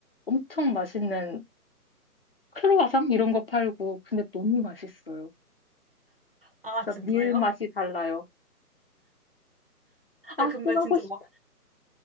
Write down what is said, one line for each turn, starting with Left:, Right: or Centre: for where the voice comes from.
Left: 엄청 맛있는 크로와상 이런 거 팔고 근데 너무 맛있어요.
Right: 아,
Left: 진짜
Right: 진짜요?
Left: 밀 맛이 달라요. 아,
Right: 아, 근데
Left: 또 가고
Right: 진짜
Left: 싶다.
Right: 막